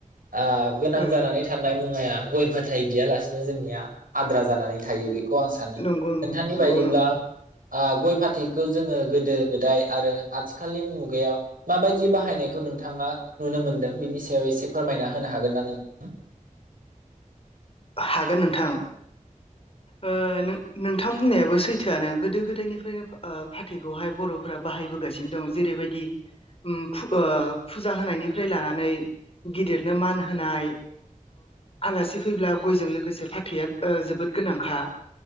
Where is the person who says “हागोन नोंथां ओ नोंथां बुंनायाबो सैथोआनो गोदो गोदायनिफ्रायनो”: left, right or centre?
Left